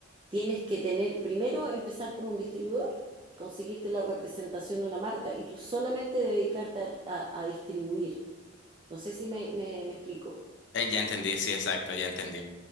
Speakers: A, on the right (about 25°); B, on the left (about 60°).
A: tienes que tener, primero empezar como un distribuidor, conseguirte la representación de una marca y tú solamente dedicarte a, a- a distribuir. No sé si me, me- me explico.
B: Eh, ya entendí, sí, exacto, ya entendí.